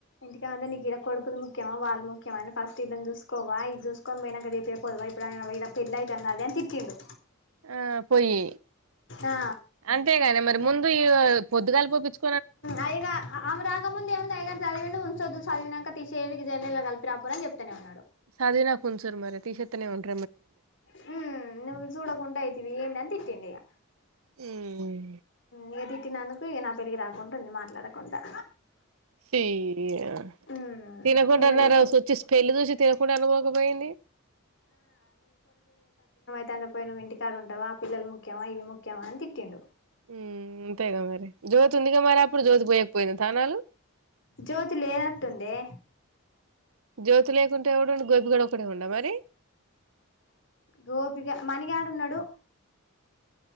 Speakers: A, on the left; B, on the right.
A: ఇంటికాడ ఉంటే నీకు ఈడ కొడుకుది ముఖ్యమా వాళ్ళ ముఖ్యమా అని ఫస్ట్ ఇళ్ళని చూసుకోవా ఇది చూసుకొని పోయినాక చెప్పే పోదువా ఇప్పుడు ఇడ పెళ్లి అయితాంది అది అని తిట్టిండు
B: ఆ పోయి
A: ఆ
B: అంతేగాని మరి ముందు ఇగా పొద్దుగాల పోపిచ్చి
A: అ ఇగా ఆమే రాగ ముందు ఏం నాయ్య గారు చదివి విండు ఉంచోద్దు చదివినాక తీసేరి జల్లో కలిపిరా పోరా అని చెప్తనే ఉన్నాడు
B: సధివిన కొంచం నా మరి తీసెత్తనే ఉంట
A: హమ్ నువ్ చూడకుంటే అయి వియ్యండని తిట్టిండు ఇగ
B: ఉమ్
A: నే తిట్టినందుకు ఇగ నా పెళ్లికి రాకుండా ఉండు మాట్లాడకుండా
B: డే రి యా
A: ఉమ్
B: తినకుంటన్నారా
A: ఇగ నీకు
B: సొచ్చి స్మెల్ చూసి తినకుంట అన్నా పోకపోయారు ది
A: దంటో పోయిన్నావ్ ఇంటికాడ ఉంటావా పిల్లలు ముఖ్యమా ఇది ముఖ్యమా అని తిటిండు
B: ఉ అంతేగా మరి జ్యోతి ఉందిగా మరి అప్పుడు జ్యోతి పోయకపోయింది స్నానాలు
A: జ్యోతి లేనట్టుందే
B: జ్యోతి లేకుంటె ఎవడు ఉండు గోపిగడ ఒకడే ఉండ మరి
A: గోపిగా మనిగాడున్నాడు